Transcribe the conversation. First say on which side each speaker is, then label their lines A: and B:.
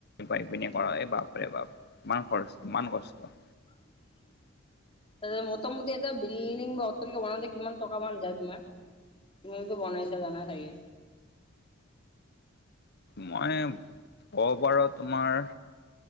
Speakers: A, on the left; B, on the left.
A: পাই পিনে কৰা এই বাপ ৰে বাপ ইমান খৰচ, ইমান কষ্ট।
B: <unintelligible> মোটামুটি এটা বিল্ডিং বা অটলকে বনওঁতে কিমান টকা মান যায় তোমাৰ? তুমিয়েতো বনাইছা, জানাই চাগে?
A: মই ক'বৰো তোমাৰ